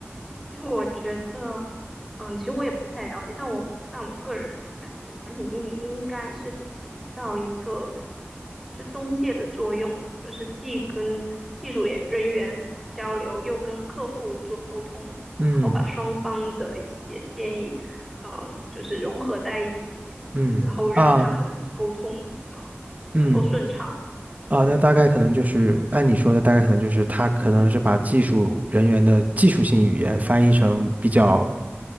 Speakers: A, in the centre; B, on the right (about 35°).
A: 其实我觉得，嗯，其实我也不太了解，但我但我个人感觉，产品经理应该是起到一个就中介的作用，就是既跟技术人人员交流，又跟客户做沟通，
B: 嗯
A: 然后把双方的一些建议，呃，就是融合在一起，
B: 嗯啊
A: 然后让他们沟通啊，
B: 嗯
A: 能够顺畅，
B: 啊，那大概可能就是按你说的，大概可能就是他可能是把技术人员的技术性语言翻译成比较